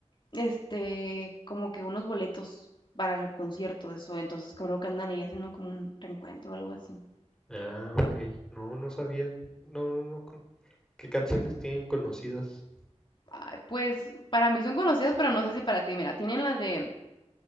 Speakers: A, on the left; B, in the centre.
A: este, como que unos boletos para el concierto de Zoe, entonces creo que andan ahí haciendo como un reencuentro o algo así.
B: Ah, ok. No, no sabía. No, no, no. con- ¿Qué canciones tienen conocidas?
A: Ay, Pues para mí son conocidas, pero no sé si para ti. Mira, tienen las de